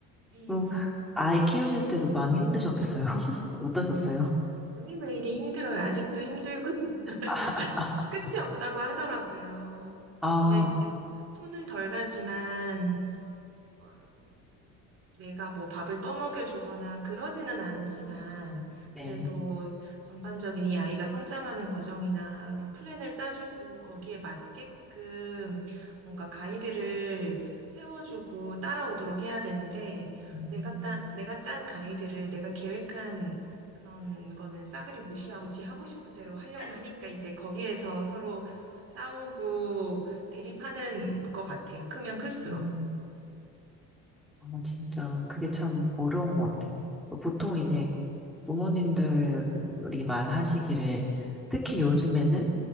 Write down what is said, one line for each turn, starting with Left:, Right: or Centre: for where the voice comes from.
Right: 음,
Centre: 그럼 아이 키우실 때도 많이 힘드셨겠어요? <laughs> 어떠셨어요?
Right: 매일매일이 힘들어요. 아직도 힘들고 <laughs>
Centre: 아,
Right: 끝이 없다고 하더라고요.
Centre: 아,
Right: 근데 이제 손은 덜 가지만 어, 내가 뭐 밥을 떠먹여 주거나 그러지는 않지만,
Centre: 네.
Right: 그래도 전반적인 이 아이가 성장하는 과정이나 그냥 플랜을 짜주고 거기에 맞게끔 뭔가 가이드를 세워주고 따라오도록 해야 되는데,
Centre: 음,
Right: 내가 따, 내가 짠 가이드를 내가 계획한 그런 거는 싸그리 무시하고 지 하고 싶은 대로 하려고 하니까 이제 거기에서 서로 싸우고 대립하는 것 같아요. 크면 클수록.
Centre: 음. 아, 진짜, 그게 참 어려운 것 같아요. 그 보통 이제 부모님들이 말하시기를, 특히 요즘에는